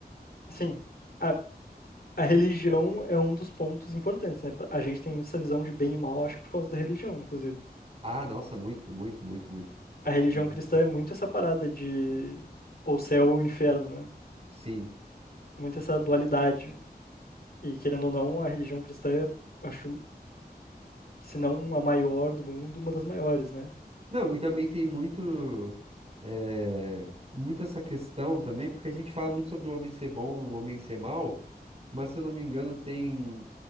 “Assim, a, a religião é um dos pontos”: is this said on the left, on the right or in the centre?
Left